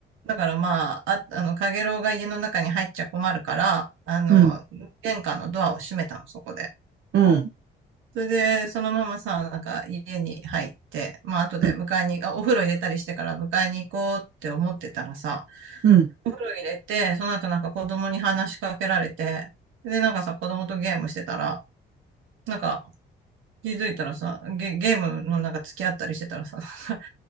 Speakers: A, on the right; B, on the right.
A: だからまあ、あ、あの、カゲロウが家の中に入っちゃ困るから、あの、
B: うん、
A: 玄関のドアを閉めたの、そこで。
B: うん、
A: それで、そのままさ、なんか家に入って、まあ後で迎えに、
B: うん、
A: あ、お風呂入れたりしてから迎えに行こうって思ってたらさ、
B: うん。
A: お風呂入れて、その後なんか子供に話しかけられて、で、なんかさ、子供とゲームしてたら、なんか気づいたらさ、ゲ、ゲームのなんか付き合ったりしてたらさ、<laughs>